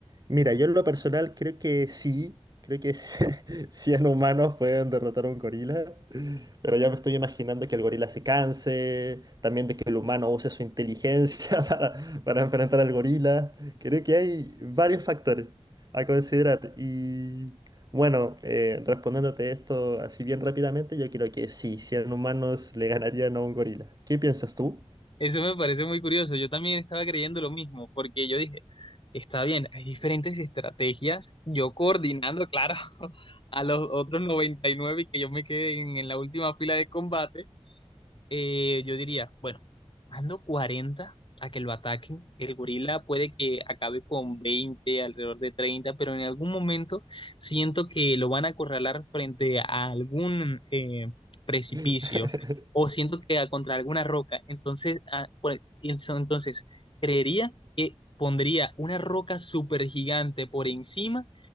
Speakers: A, on the right (about 35°); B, on the left (about 50°).
A: mira, yo en lo personal creo que sí, creo que 100 <laughs> humanos pueden derrotar a un gorila, pero ya me estoy imaginando que el gorila se canse, también de que el humano use su inteligencia <laughs> para, para enfrentar al gorila. Creo que hay varios factores a considerar y bueno, eh, respondiéndote esto así bien rápidamente, yo creo que sí, 100 humanos le ganarían a un gorila. ¿Qué piensas tú?
B: Eso me parece muy curioso, yo también estaba creyendo lo mismo, porque yo dije, está bien, hay diferentes estrategias, yo coordinando, claro, <laughs> a los otros 99 y que yo me quede en en la última fila de combate Eh, yo diría, bueno, mando 40 a que lo ataquen. El gorila puede que acabe con 20 alrededor de treinta pero en algún momento siento que lo van a acorralar frente a algún eh, precipicio
A: <laughs>
B: o siento que a- contra alguna roca. Entonces, ah, por- entonces, creería que pondría una roca súper gigante por encima